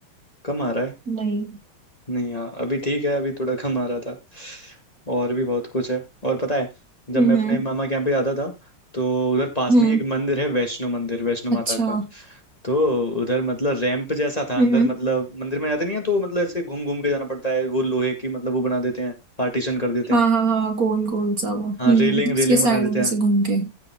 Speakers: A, on the left; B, on the right.
A: कम आ रहा है
B: नहीं
A: नहीं हाँ अभी ठीक है अभी थोड़ा कम आ रहा था और भी बहुत कुछ है और पता है जब
B: हम्म
A: मैं अपने मामा के यहाँ पे जाता था तो उधर पास
B: हम्म
A: में ही एक मंदिर है वैष्णो मंदिर वैष्णो माता
B: अच्छा
A: का तो उधर मतलब रैंप जैसा था
B: हम्म
A: अंदर मतलब मंदिर में जाते नहीं है तो मतलब ऐसे घूम घूम के जाना पड़ता है वो लोहे की मतलब वो बना देते हैं पार्टीशन कर देते
B: हाँ
A: हैं
B: हाँ हाँ गोल गोल सा वो हम्म
A: हाँ रेलिंग
B: उसके
A: रेलिंग
B: साइडों
A: बना देते
B: में
A: हैं
B: से घूम के